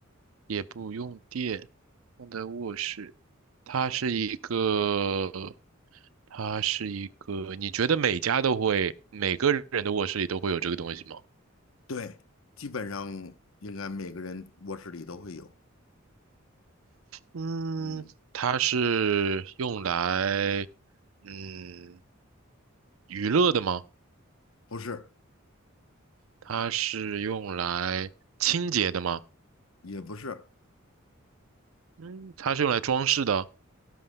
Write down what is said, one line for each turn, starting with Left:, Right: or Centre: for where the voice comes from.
Right: 也不用电，放在卧室。它是一个，它是一个，你觉得每家都会，每个人的卧室里都会有这个东西吗？
Left: 对，基本上应该每个人卧室里都会有。
Right: 嗯，
Left: 嗯，
Right: 它是用来，嗯，娱乐的吗？
Left: 不是。
Right: 它是用来清洁的吗？
Left: 也不是，
Right: 嗯，它是用来装饰的，